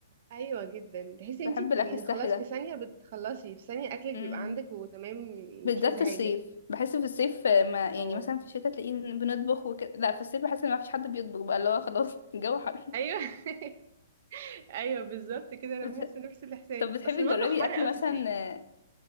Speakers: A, on the right (about 45°); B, on the left (about 60°).
A: ايوه جدا تحسي
B: بحب
A: انتي
B: الاكل
A: بت... يعني
B: السهل
A: خلاص
B: ده
A: في ثانيه بتخلصي في ثانيه اكلك
B: امم
A: بيبقى عندك وتمام يعني
B: بالذات
A: مش عايزه
B: في
A: حاجه
B: الصيف بحس في الصيف آه، ما يعني
A: اه
B: مثلا في الشتاء تلاقيه إن بنطبخ وكده لا في الصيف بحس ان ما فيش حد بيطبخ بقى اللي هو خلاص <laughs> الجو حر
A: ايوه <laughs> ايوه بالظبط كده انا
B: بس-
A: بحس نفس الاحساس
B: طب بتحبي
A: اصل المطبخ
B: تجربي
A: حر
B: اكل
A: قوي
B: مثلا
A: في الصيف